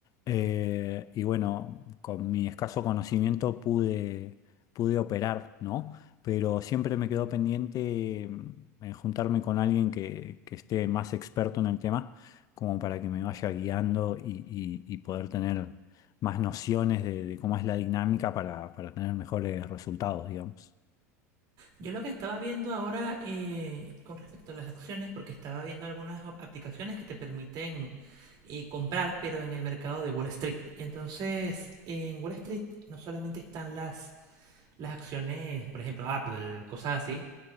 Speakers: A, on the left; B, on the right.
A: Eh, y bueno, con mi escaso conocimiento pude, pude operar, ¿no? Pero siempre me quedó pendiente mm, en juntarme con alguien que, que esté más experto en el tema, como para que me vaya guiando y y- y poder tener más nociones de, de cómo es la dinámica para, para tener mejores resultados, digamos.
B: Yo lo que estaba viendo ahora eh, con respecto a las acciones, porque estaba viendo algunas o- aplicaciones que te permiten eh, comprar, pero en el mercado de Wall Street. Y entonces, en Wall Street no solamente están las, las acciones, por ejemplo, Apple, cosas así,